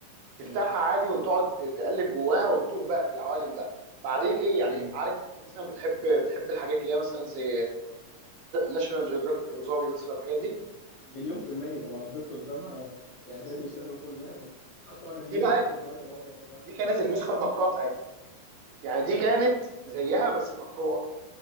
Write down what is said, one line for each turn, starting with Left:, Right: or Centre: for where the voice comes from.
Right: تفتحها
Left: مم.
Right: عادي وتقعد تقلب جواها وتتوه بقى في العوالم بقى بعدين ايه يعني
Left: مم.
Right: عارف انت مثلا بتحب بتحب الحاجات اللي هي مثلا زي ناشونال جيوغرافيك ابو ظبي مثلا الحاجات دي
Left: مليون في المية ده انا قضيت قدامها اعدادي وثانوي كلها دي حتى وانا كبير
Right: دي بقى
Left: لحد دلوقتي بفضل فاتحها
Right: دي كانت النسخه المقروءه بتاعتها يعني دي كانت زيها
Left: ايوه
Right: بس مقروءه